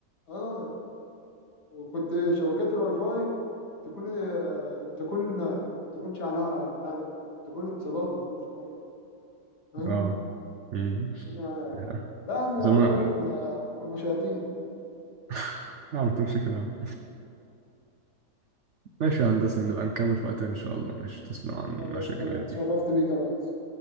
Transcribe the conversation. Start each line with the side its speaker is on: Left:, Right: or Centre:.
Left: اه وكنت شبكات الواي فاي تكون آه، تكون آه، تكونش عليها بتاع ده تكون اتصالات ما تكونش حاجه فاهم
Right: اه امم
Left: الدنيا
Right: يا.
Left: لا احنا
Right: زي ما
Left: برضو كنا كنا شياطين
Right: <laughs> لا ما تقولش كده يا عم. ماشي يا هندسة نبقى نكمل في وقت تاني ان شاء الله ماشي تسلم عن المشاكل
Left: خلاص تمام اتشرفت
Right: دي
Left: بيك يا ريس